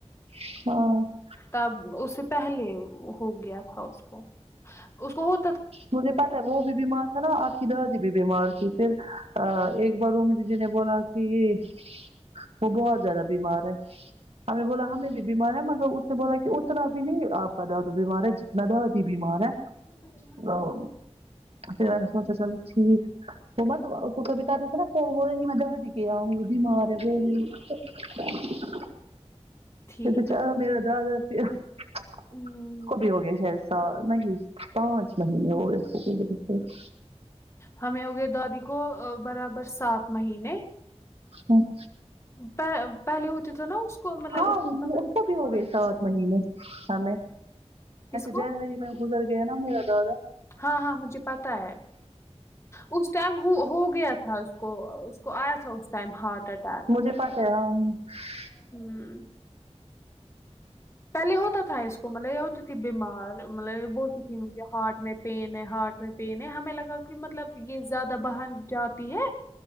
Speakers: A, on the right (about 60°); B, on the left (about 25°).
A: <unintelligible>
B: تب اس سے پہلے ہو گیا تھا اس کو اس کو ہو
A: مجھے پتا ہے وہ بھی بیمار ہے نا آپ کی دادی بھی بیمار تھی پھر ا ایک بار امی جی نے بولا کہ یہ وہ بہت زیادہ بیمار ہے ہم نے بولا ہمیں بھی بیمار ہے مگر اس نے بولا کہ اتنا بھی نہیں آپ کا دادا بیمار ہے جتنا دادی بیمار ہے
B: اچھا
A: ہو پھر میں نے سوچا چلو ٹھیک کبھی کر رہے تھے نا <unintelligible>
B: ٹھیک
A: کہ بے چارہ میرا دادا <unintelligible>
B: ہوں
A: اس کو بھی ہو گیا شاید سال نہیں پانچ مہینے ہو گئے اس <unintelligible>
B: ہمیں ہو گیے دادی کو برابر سات مہینے
A: <unintelligible>
B: پہلے پہلے ہوتے تھا نا اس کو مطلب
A: ہاں اس کو بھی ہو
B: <unintelligible>
A: گئے سات مہینے ہمیں
B: کس کو
A: جنوری میں گزر گیا نا میرا دادا
B: ہاں ہاں مجھے پتا ہے اس ٹائم ہو ہوگیا تھا اس کو اس کو آیا تھا اس ٹائم ہارٹ اٹیک
A: مجھے پتہ ہے
B: ہوں پہلے ہوتا تھا اس کو مطلب یہ ہوتی تھی بیمار مطلب یہ بولتی تھی مجھے ہارٹ میں پین ہے ہارٹ میں پین ہے ہمیں لگا کہ مطلب یہ زیادہ باہر جاتی ہے